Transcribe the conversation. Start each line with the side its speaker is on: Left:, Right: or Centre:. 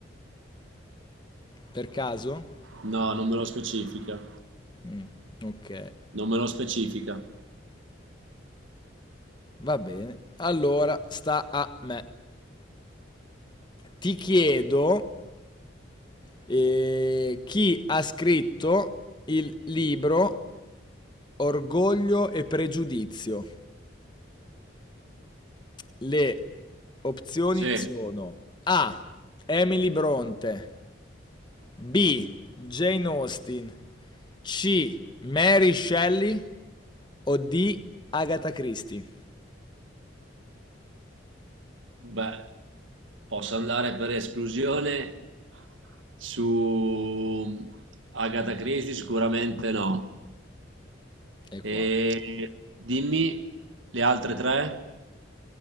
Left: Per caso?
Right: No, non me lo specifica.
Left: Mm, ok,
Right: Non me lo specifica.
Left: va bene. Allora sta a me. Ti chiedo eh, chi ha scritto il libro Orgoglio e Pregiudizio. Le opzioni
Right: Sì,
Left: sono A. Emily Bronte, B. Jane Austen, C. Mary Shelley o D. Agatha Christie.
Right: beh, posso andare per esclusione su mm, Agatha Christie? Sicuramente no.
Left: E
Right: E
Left: qua.
Right: dimmi le altre tre,